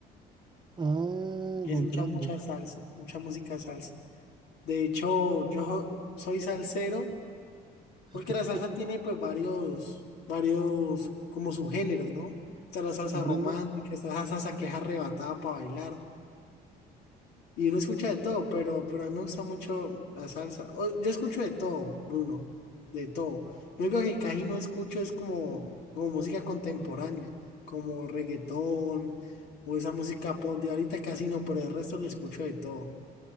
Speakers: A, on the right; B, on the left.
A: Ah,
B: Aquí
A: comprendo,
B: se escucha mucha salsa, mucha música salsa. De hecho, yo soy salsero
A: <laughs>
B: Porque la salsa tiene pues varios, varios como subgéneros, ¿no? Está la salsa
A: comprendo.
B: romántica, está la salsa que es arrebatada para bailar. Y uno escucha de todo, pero, pero a mí me gusta mucho la salsa. O- Yo escucho de todo, Bruno, de todo. Lo único que casi no escucho es como, como música contemporánea, como reggaetón o esa música pop de ahorita casi no, pero el resto le escucho de todo.